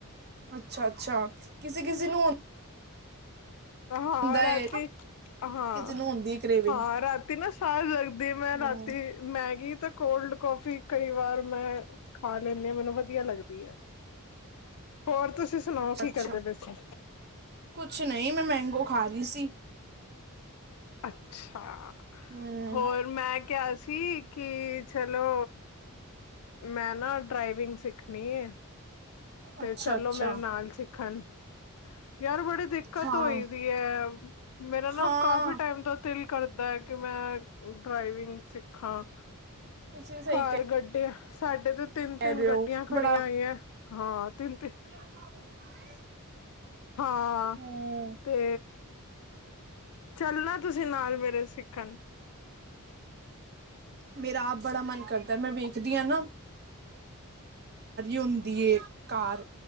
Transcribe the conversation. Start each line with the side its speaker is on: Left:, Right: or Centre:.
Right: ਅੱਛਾ ਅੱਛਾ। ਕਿਸੇ ਕਿਸੇ ਨੂੰ
Left: ਹਾਂ
Right: ਹੁੰਦਾ
Left: ਰਾਤੀ
Right: ਏ
Left: ਹਾਂ।
Right: ਕਿਸੇ ਨੂੰ ਹੁੰਦੀ ਕਰੇਵਿੰਗ
Left: ਹਾਂ ਰਾਤੀ ਨਾ ਸਾਲ ਲਗਦੀ ਮੈਂ
Right: ਹੂੰ,
Left: ਰਾਤੀ। ਮੈਗੀ ਤੇ ਕੋਲਡ ਕੌਫੀ ਕਈ ਵਾਰ ਮੈਂ ਖਾ ਲੈਂਦੀ ਹਾ ਮੈਨੂੰ ਵਧੀਆ ਲੱਗਦੀ ਹੈ। ਹੋਰ ਤੁਸੀਂ ਸੁਣਾਓ
Right: ਅੱਛਾ
Left: ਕੀ
Right: ਅੱਛਾ
Left: ਕਰਦੇ ਪਏ ਸੀ।
Right: ਕੁਛ ਨਹੀਂ ਮੈਂ ਮੈਂਗੋ ਖਾ ਰਹੀ ਸੀ।
Left: ਅੱਛਾ
Right: ਹਮ
Left: ਹੋਰ ਮੈਂ ਕਿਹਾ ਸੀ ਕਿ ਚਲੋ। ਮੈਂ ਨਾ ਡਰਾਈਵਿੰਗ ਸਿੱਖਣੀ ਐ। ਤੇ
Right: ਅੱਛਾ
Left: ਚਲੋ
Right: ਅੱਛਾ
Left: ਮੇਰੇ ਨਾਲ ਸਿੱਖਣ। ਯਾਰ ਬੜੀ ਦਿੱਕਤ
Right: ਹਾਂ
Left: ਹੋਈ ਦੀ ਹੈ, ਮੇਰਾ ਨਾ
Right: ਹਾਂ
Left: ਕਾਫ਼ੀ ਟਾਈਮ ਤੋਂ। ਦਿਲ ਕਰਦਾ ਹੈ ਕਿ ਮੈਂ ਡਰਾਈਵਿੰਗ ਸਿੱਖਾਂ।
Right: ਤੁਸੀਂ ਸਹੀ
Left: ਕਾਰ ਗੱਡੇ ਸਾਡੇ ਤ ਤਿੰਨ
Right: ਕਹਿ
Left: ਤਿੰਨ
Right: ਰਹੇ ਹੋ
Left: ਗੱਡੀਆਂ ਖੜੀਆਂ
Right: ਬੜਾ
Left: ਆਈਆਂ ਹਾਂ ਤਿੰਨ ਤਿੰਨ
Right: <inaudible>
Left: ਹਾਂ
Right: ਹਮ
Left: ਤੇ ਚੱਲਣਾ ਤੁਸੀਂ ਨਾਲ ਮੇਰੇ ਸਿੱਖਣ <unintelligible>
Right: ਮੇਰਾ ਆਪ ਬੜਾ ਮਨ ਕਰਦਾ ਮੈਂ ਵੇਖਦੀ ਹਾਂ ਨਾ ਹੁੰਦੀ ਕਾਰ